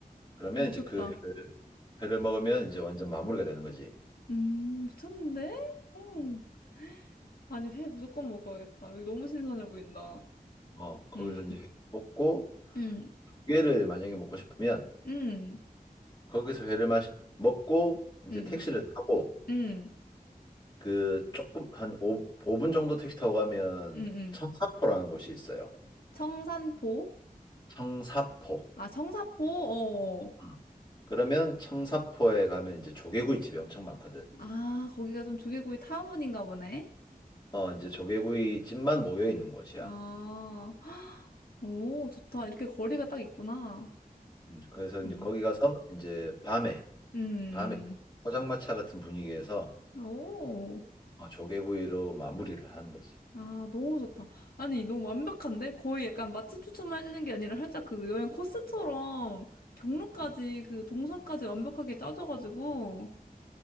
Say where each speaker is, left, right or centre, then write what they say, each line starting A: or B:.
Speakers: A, on the left (about 30°); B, on the left (about 80°).
A: 그러면
B: 미쳤다.
A: 이제 그 회를, 회를 먹으면 이제 완전 마무리가 되는 거지.
B: 음, 미쳤는데? 음.
A: 음.
B: 아니, 회 무조건 먹어야겠다. 여기 너무 신선해 보인다.
A: 어, 거기서
B: 음,
A: 이제 회 먹고
B: 음,
A: 회를 만약에 먹고 싶으면
B: 음,
A: 거기서 회를 마시, 먹고 이제
B: 음,
A: 택시를 타고
B: 음.
A: 그 조금 한 5, 오분 정도 택시 타고 가면
B: 응응.
A: 청사포라는 곳이 있어요.
B: 청산포?
A: 청사포.
B: 아, 청사포? 어.
A: 음. 그러면 청사포에 가면 이제 조개구이 집이 엄청 많거든.
B: 아, 거기가 좀 조개구이 타운인가 보네.
A: 어, 이제 조개구이 집만 모여 있는 곳이야.
B: 아, 헉, 오, 좋다. 이렇게 거리가 딱 있구나.
A: 음, 그래서 이제
B: 음,
A: 거기 가서 이제 밤에
B: 음,
A: 밤에 포장마차 같은 분위기에서
B: 오.
A: 어, 조개구이로 마무리를 하는 거지.
B: 아, 너무 좋다. 아니, 너무 완벽한데? 거의 약간 맛집 추천만 해주는 게 아니라 살짝 그 여행 코스처럼 경로까지
A: 음.
B: 그 동선까지 완벽하게 짜줘가지고.